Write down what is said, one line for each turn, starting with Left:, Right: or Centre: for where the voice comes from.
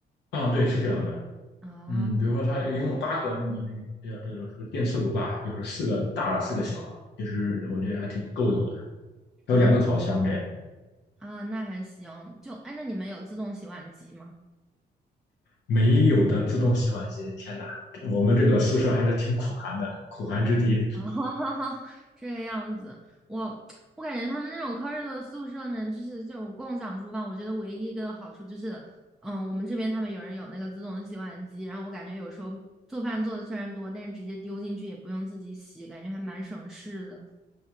Left: 嗯，对，是这样的。
Centre: 啊
Left: 嗯，比如说它一共有八个那个那个这个这个这个电磁炉吧，就是四个大的，四个小的，其实我觉得还挺够用的。还有两个烤箱这样，
Centre: 啊啊，那还行。就，哎，那你们有自动洗碗机吗？
Left: 没有的自动洗碗机，天哪，我们这个宿舍还是挺苦寒的，苦寒之地。
Centre: 啊，<laughs> 这个样子，我我感觉他们那种 c u 的宿舍呢，就是这种共享厨房，我觉得唯一一个好处就是，嗯，我们这边他们有人有那个自动的洗碗机，然后我感觉有时候做饭做的虽然多，但是直接丢进去也不用自己洗，感觉还蛮省事的